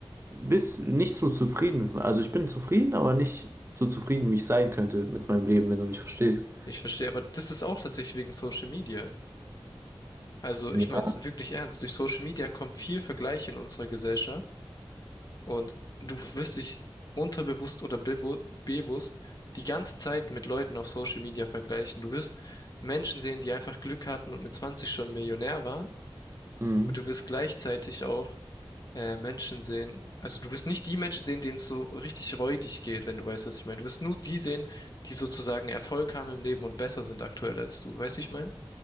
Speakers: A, on the right; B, on the left.
A: bis nicht so zufrieden mit mir. Also ich bin zufrieden, aber nicht so zufrieden, wie ich sein könnte mit meinem Leben, wenn du mich verstehst.
B: Ich verstehe, aber das ist auch tatsächlich wegen Social Media. Also
A: Ja.
B: ich meine es wirklich ernst. Durch Social Media kommt viel Vergleich in unserer Gesellschaft und du wirst dich unterbewusst oder bewu bewusst die ganze Zeit mit Leuten auf Social Media vergleichen. Du wirst Menschen sehen, die einfach Glück hatten und mit 20 schon Millionär waren,
A: Mhm.
B: und du wirst gleichzeitig auch äh, Menschen sehen. Also du wirst nicht die Menschen sehen, denen es so richtig räudig geht, wenn du weißt, was ich meine. Du wirst nur die sehen, die sozusagen Erfolg haben im Leben und besser sind aktuell als du. Weißt du, wie ich meine?